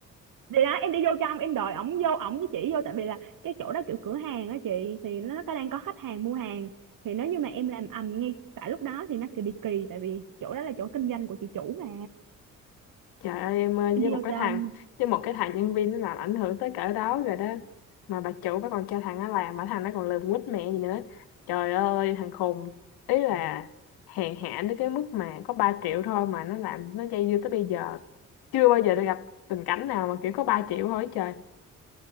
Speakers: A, on the right (about 50°); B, on the left (about 65°).
A: thì đó em đi vô trong em đòi ổng vô ổng với chỉ vô tại vì là cái chỗ đó kiểu cửa hàng á chị thì nó có đang có khách hàng mua hàng thì nếu như mà em làm ầm ngay tại lúc đó thì nó sẽ bị kỳ tại vì chỗ đó là chỗ kinh doanh của chị chủ mà
B: Trời ơi em ơi
A: em
B: với
A: đi
B: một
A: vô
B: cái
A: trong
B: thằng với một cái thằng nhân viên nó làm ảnh hưởng tới cỡ đó rồi đó mà bà chủ bà còn cho thằng nó làm mà thằng nó còn lườm quýt mẹ gì nữa trời ơi thằng khùng ý là hèn hạ đến cái mức mà có 3 triệu thôi mà nó làm nó dây dưa tới bây giờ chưa bao giờ tôi gặp tình cảnh nào mà kiểu có 3 triệu thôi trời